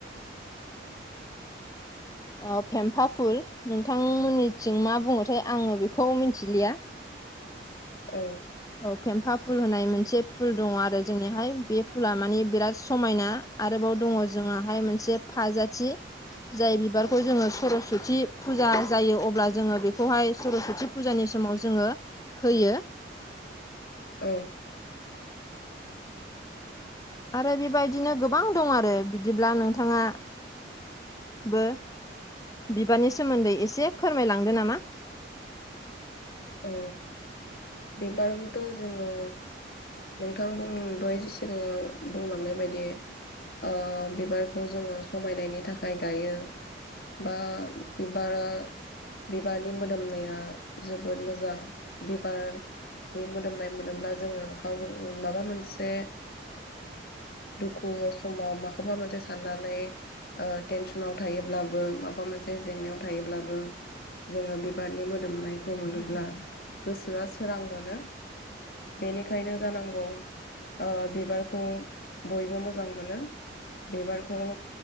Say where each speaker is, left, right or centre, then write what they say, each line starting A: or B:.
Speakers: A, on the left (about 20°); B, on the left (about 55°).
A: अ फेम्फापुल नोंथांमोननिथिं मा बुङोथाय आङो बेखौ मिन्थिलिया।
B: ओं
A: औ फेम्फा फुल होनाय मोनसे फुल दङ आरो जोंनिहाय बे फुला मानि बिराद समायना आरोबाव दङ जोंहाय मोनसे फाजाथि जाय बिबारखौ जोङो सरस्ति फुजा जायो अब्ला जोङो बेखौहाय सरसथि फुजानि समाव जोङो होयो।
B: औ
A: आरो बेबायदिनो गोबां दं आरो बिदिब्ला नोंथाङा बो बिबारनि सोमोन्दै एसे फोरमायलांदो नामा?
B: औ बिबारखौथ' जोङो नोंथां बुं दहाय सिगाङाव बुंलांनाय बायदि ओ बिबारखौ जोङो समायनायनि थाखाय गायो। बा बिबारा बिबारनि मोदोमनाया जोब जोबोद मोजां बिबार नि मोदोमनाय मोनोब्ला जोङो गाव माबा मोनसे दुखु समाव माखौबा मोनसे साननानै टेनसनाव थायोब्लाबो माबा मोनसे जेंनायाव थायोब्लाबो जोङो बिबारनि मोदोमनायखौ मोनोब्ला गोसोआ सोरां मोनो। बेनिखायनो जानांगौ ओ बिबारखौ बयबो मोजां मोनो। बिबारखौ